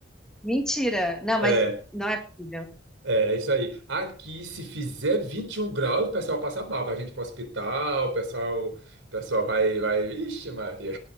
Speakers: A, in the centre; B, on the right (about 80°).
A: Mentira. Não,
B: É,
A: mas não é possível.
B: É, é isso aí. Aqui, se fizer 21 graus, o pessoal passa mal. Vai gente para o hospital, o pessoal, o pessoal vai, vai. Ixi, Maria.